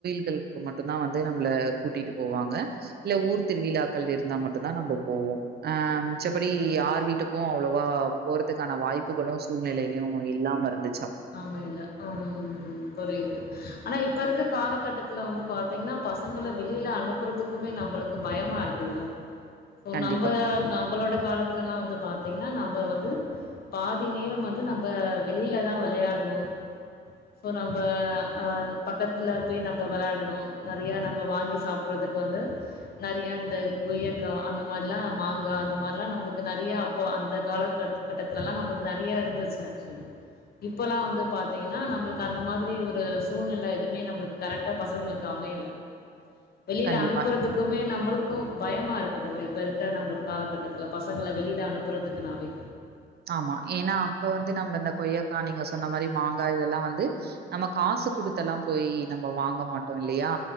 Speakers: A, on the right; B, on the left.
A: க்கள்க்கு மட்டும் தான் வந்து நம்புள கூட்டிட்டு போவாங்க இல்ல ஊர் திருவிழாக்கள் இருந்தா மட்டும்தான் நம்போ போவோம் அ மிச்சப்படி யார் வீட்டுக் க்கும் அவ்ளோவா போறதுக்கான வாய்ப்புகளும் சு சூழ்நிலையும் இல்லாம இருந்துச்
B: ஆமா இல்ல ஆ ம் புரியுது ஆனா இப்ப இருக்கற காலகட்டத்துல வந்து பாத்தீங்கன்னா பசங்கள வெளியில அனுப்புறதுக்குமே நம்புளுக்கு பயமா இருக்குதுல்ல சோ
A: கண்டிப்பா,
B: நம்ப நம்பளோட காலத்துலல்லா வந்து பாத்தீங்கன்னா நம் இப்ப வந்து பாதி நேரம் வந்து நம்ப வெளில தா விளையாடணும் சோ நம்ப அ ன் பக்கத்துல போய் நம்ப விளையாடணும் நறைய நம்ப வாங்கி சாப்புட்றதுக்கு வந்து நறைய இந்த கொயக்காய் அந்த மாரில்லா மாங்கா அந்த மாரில்லா நம்புளுக்கு நறையா அப்போ அந்த கால கட் கட்டத்துலல்லா நம்புளுக்கு நறையா இருந்துச்சு ஆக்சுவலி இப்பல்லா வந்து பாத்தீங்கன்னா நம்புளுக்கு அந்த மாதிரி ஒரு சூழ்நில எதுவுமே நம்புளுக்கு கரெக்டா பசங்களுக்கு அமையல வெளியில
A: கண்டிப்பா.
B: அனுப்புறதுக்குமே நம்மளுக்கு பயமா இருக் ட்டத்துல இப்ப இருக்க நம்ம காலகட்டத்துல பசங்கள வெளியில அனுப்புறதுக்குனாவே
A: ஆமா ஏன்னா அப்ப வந்து நம்ம இந்த கொய்யக்கா நீங்க சொன்ன மாரி மாங்கா இதெல்லா வந்து நம்ம காசு குடுத்து எல்லா போய் நம்ம வாங்க மாட்டோ இல்லையா